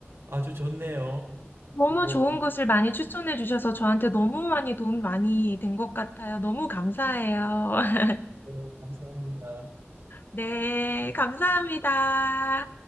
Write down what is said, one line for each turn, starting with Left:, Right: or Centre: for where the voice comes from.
Right: 아주 좋네요.
Left: 너무
Right: 뭐
Left: 좋은 곳을 많이 추천해 주셔서 저한테 너무 많이 도움 많이 된 것 같아요. 너무 감사해요. <laughs>
Right: 네, 감사합니다.
Left: 네, 감사합니다.